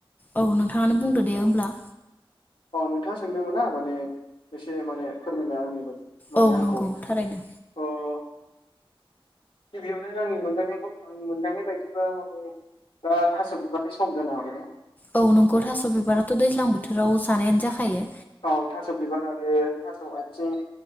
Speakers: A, on the left; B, on the left.
A: औ नोंथाङानो बुंदो दे होमब्ला
B: औ नोंथाङा सोंदोंमोन ना माने एसे माने फोरमायना होननाय बायदि माने
A: औ
B: आंखौ
A: नंगौ थारैनो
B: अह गिबियावनो आंनि मोनदांनाय आ मोनदांनाय बायदिबा बा थास' बिबारनि सम जानो हागोन दा
A: औ नंगौ थास' बिबाराथ' दैज्लां बोथोराव जानायानो जाखायो
B: औ थास' बिबार आरो थास' आथिं